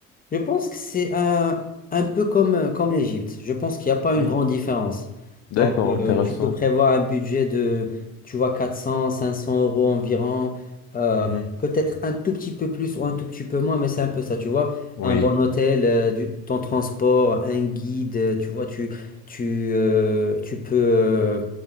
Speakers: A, on the left (about 25°); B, on the left (about 45°).
A: Je pense que c'est un, un peu comme, euh, comme l'Égypte. Je pense qu'il n'y a pas
B: Mhm.
A: une grande différence.
B: D'accord,
A: Donc, euh,
B: intéressant.
A: tu peux prévoir un budget de, tu vois, quatre cents, cinq cents euros environ. euh,
B: Mhm.
A: peut-être un tout petit peu plus ou un tout petit peu moins, mais c'est un peu ça, tu vois.
B: Oui,
A: Un bon hôtel, euh, du, ton transport, un guide, euh, tu vois, tu, tu, euh, tu peux, euh,